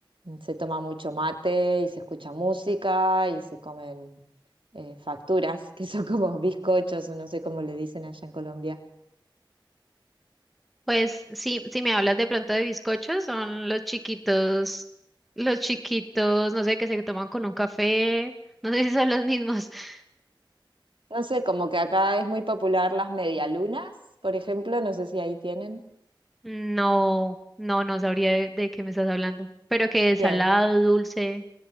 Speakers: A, on the right; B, in the centre.
A: Se toma mucho mate y se escucha música y se comen eh, facturas, <laughs> que son como bizcochos o no sé cómo le dicen allá en Colombia.
B: Pues sí, si me hablas de pronto de bizcochos, son los chiquitos, los chiquitos, no sé, que se toman con un café, <laughs> no sé si son los mismos. <laughs>
A: No sé, como que acá es muy popular las medialunas, por ejemplo, no sé si ahí tienen.
B: No, no, no sabría de, de qué me estás hablando, pero que es
A: Bien,
B: salado, dulce.